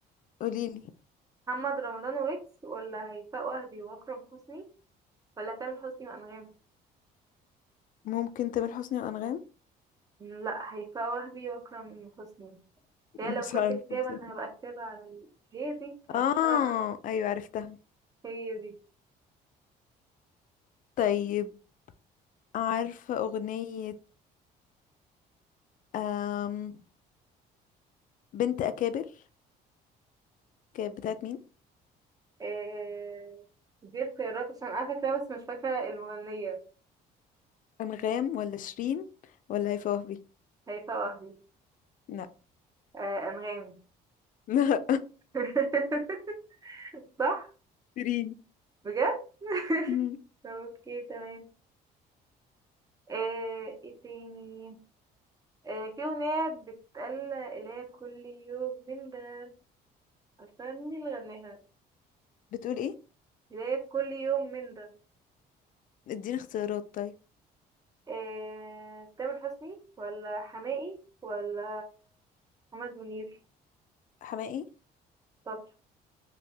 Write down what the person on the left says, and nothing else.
وقوليلي
ممكن تامر حسني وأنغام
مش
عارفة
بصراحة
اه
ايوه عرفتها
طيب عارفة أغنية أم بنت أكابر كانت بتاعت مين
أنغام ولا شيرين ولا هيفاء وهبي
لا
<laughs> لا
شيرين
مم.
بتقول ايه
اديني اختيارات طيب
حماقي